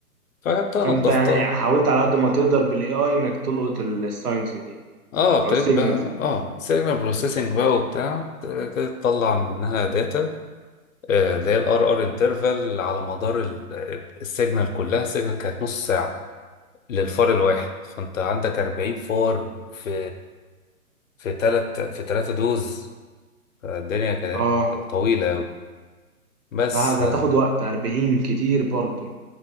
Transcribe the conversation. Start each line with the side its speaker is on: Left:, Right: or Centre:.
Left: فجبتها
Right: فانت
Left: نضفتها
Right: يعني حاولت على قد ما تقدر بالاي اي انك تلقط الساينس دي يعني
Left: اه ابتديت
Right: او السيجنالز
Left: بقى
Right: دي
Left: اه سيجنال بروسيسنج بقى وبتاع ابتديت تطلع منها داتا آه، اللي هي الار ار
Right: م.
Left: انترفال على مدار السيجنال كلها السيجنال كانت نص ساعة للفار الواحد فانت عندك 40 فار في في تلات في تلاتة دوز الدنيا كانت
Right: اه
Left: طويلة أوي بس
Right: صح ده هتاخد وقت 40 كتير برضو